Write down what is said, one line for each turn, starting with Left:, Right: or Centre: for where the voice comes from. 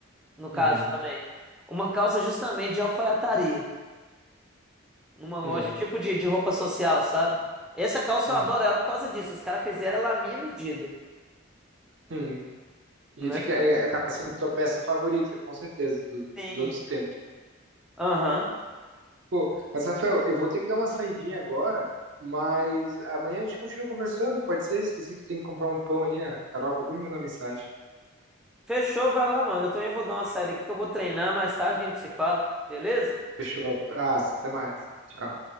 Centre: No caso
Right: Uhum.
Centre: também. Uma calça justamente de alfaiataria. Numa loja
Right: É.
Centre: tipo de, de roupa social, sabe? Essa calça
Right: Uhum.
Centre: eu adoro ela por causa disso. Os caras fizeram ela à minha medida,
Right: Uhum. E
Centre: né?
Right: fica, é, acaba sendo tua peça favorita, com certeza, do,
Centre: Sim.
Right: de todos os tempos.
Centre: Aham.
Right: Pô, mas, Rafael, eu vou ter que dar uma saidinha agora, mas amanhã a gente continua conversando, pode ser? Esqueci que tem que comprar um pão ali, a Carol acabou de mandar mensagem.
Centre: Fechou, vai lá, mano. Eu também vou dar uma saída aqui que eu vou treinar. Mais tarde a gente se fala, beleza?
Right: Fechou. Ah, até mais. Tchau.